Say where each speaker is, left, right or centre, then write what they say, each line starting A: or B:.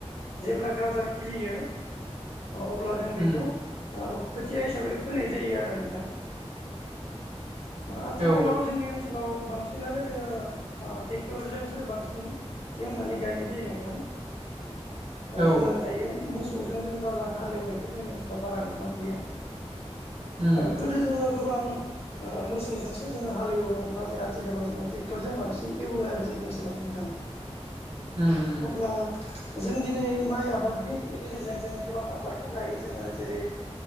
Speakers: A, on the left; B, on the right.
A: जेब्ला गाजा खिलियो अब्ला जों बेखौ
B: उम
A: खोथिया हिसाबै फोनाय जायो आरो नोंथां आथिखालाव
B: औ
A: जोंनि ओनसोलाव बांसिनानो जोङो ट्रेक्टरजोंसो बांसिन एवनानै गायनाय जायो नोंथां
B: औ
A: जोङो दायो मोसौजों जों बाला हालेवनायखौ जोंनि ओनसोलाव बारा नुबांलिया
B: उम
A: गोदो जोङो गोबां मोसौजोंसो जोङो हालेवोमोन नाथाय आथिखालाव जोङो ट्रेक्टरजों बांसिन एवो आरो जोंनि ओनसोलाव नोंथांा <inaudible>
B: ओम
A: अब्ला जों दिनै माइ आबादनि गेजेरजों जोङो गोबां आबादखौ गायो जोङो जेरै